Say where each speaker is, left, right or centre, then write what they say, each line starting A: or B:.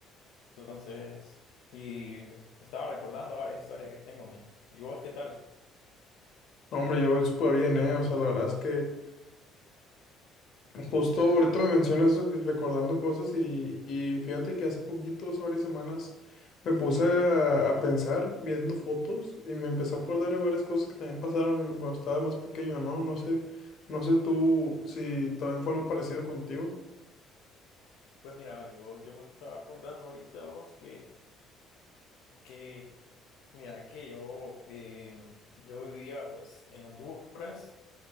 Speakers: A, on the left; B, on the left.
A: Entonces, y me estaba recordando varias historias que tengo, man. ¿Y vos qué tal?
B: No, hombre, yo voy súper bien, ¿eh? O sea, la verdad es que justo ahorita me mencionas eso, que recordando cosas y, y fíjate que hace poquito, hace varias semanas, me puse a, a pensar viendo fotos y me empecé a acordar de varias cosas que también pasaron cuando estaba más pequeño, ¿no? No sé, no sé tú si también fue algo parecido contigo.
A: Pues mira, ve, yo, yo me estaba acordando ahorita, vos, que, que mira, que yo, em, yo vivía pues en Honduras